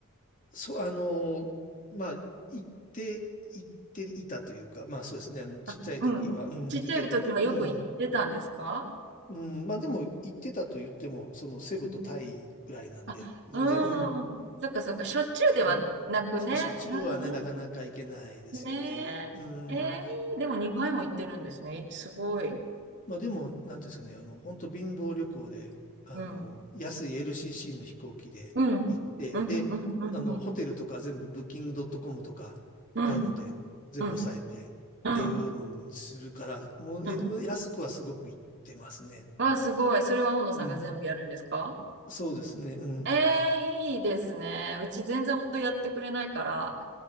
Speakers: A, on the left (about 40°); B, on the right (about 55°).
A: そう、あの、まあ、行って、行っていたというか、まあそうですね、あの、ちっちゃい時は、
B: あ、うん。
A: うん、
B: ちっちゃい時はよく行ってたんですか
A: 行け、うん、うん、まあでも言ってたと言っても、そのセブとタイぐらいなんで、
B: うん。あ、
A: 全然、うん、
B: うん。そっかそっか。しょっちゅうではなくね。
A: うん。まあしょっちゅうはね、
B: うん
A: なかなか行けないですよね。
B: うん。ねえ。
A: うん。
B: ええ、でも2回も行ってるんですね。すごい。
A: まあでも、なんていうんですかね、あの、本当貧乏旅行で、あの、
B: うん。
A: 安い LCC の飛行機で行って、
B: うん。うん、
A: で、
B: うん、うん、
A: あの、
B: うん。
A: ホテルとか全部ブッキングドットコムとか、
B: うん、
A: ああいうので全部抑えてっていうのにするから、
B: うん、うん、
A: もうや安くはすごく行ってますね。
B: うん。わあ、すごい。それは大野さんが全部やるんですか
A: うん。そうですね、うん。
B: ええ、いいですね。うち全然夫やってくれないから、